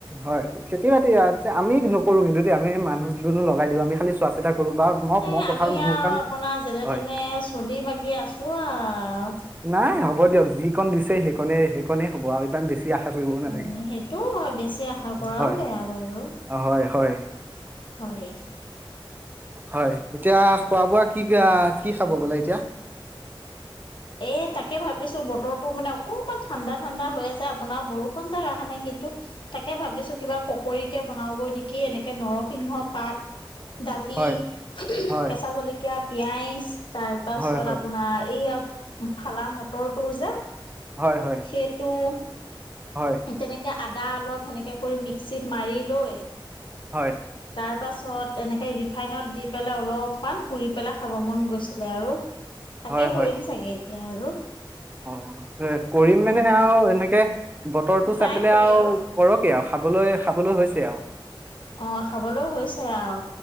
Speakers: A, on the right; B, on the left.
A: হয় খেতি বাতি আৰু আমি নকৰো কিন্তু দেই আমি মানুহজনো লগাই দিওঁ আমি খালি চোৱা চিতা কৰো বা মই
B: এ
A: মই পথাৰত
B: আমি
A: নামো
B: আৰু
A: কাৰণ
B: আপোনাৰ যেনে
A: হয়
B: তেনে চলি মাগি আছো আৰু।
A: নাই হ'ব দিয়ক যিকণ দিছে সেইকণেই সেইকণেই হ'ব আৰু ইমান বেছি আশা কৰিবও নালাগে
B: অ সেইটো হয় বেছি আশা কৰাও
A: হয়
B: বেয়া বাৰু
A: হয় হয়
B: হয়
A: হয় এতিয়া খোৱা বোৱা কি কি খাব বোলে এতিয়া?
B: এ তাকে ভাবিছো বতৰটো মানে অকমান ঠাণ্ডা ঠাণ্ডা হৈ আছে আপোনাৰ বৰষুণ যাক অহা নাই কিন্তু তাকে ভাবিছো কিবা পকৰীকে বনাওগৈ নেকি এনেকে নৰসিংহ পাত দালি
A: হয়
B: ওমহ
A: হয়
B: কেঁচা জলকীয়া পিয়াইজ তাৰ পাছত
A: হয় হয়
B: আপোনাৰ এইয়া ফালা মটৰটো যে
A: হয় হয়
B: সেইটো
A: হয়
B: তেনেকে আদা অলপ সেনেকে কৰি মিক্সিত মাৰি লৈ
A: হয়
B: তাৰ পা ছত এনেকৈ ৰিফাইনত দি পেলাই অলপমান পুৰি পেলাই খাব মন গৈছিলে আৰু তাকে
A: হয় হয়
B: কৰিম চাগে এতিয়া আৰু
A: উ কৰিম
B: হয়
A: মানে আৰু এনেকে বতৰটো
B: ফ্ৰাই
A: চাপিলে
B: কৰি
A: আও
B: আৰু
A: কৰক কি আও খাবলৈ খাবলৈ হৈছে আও
B: অ খাবলৈও হৈছে আও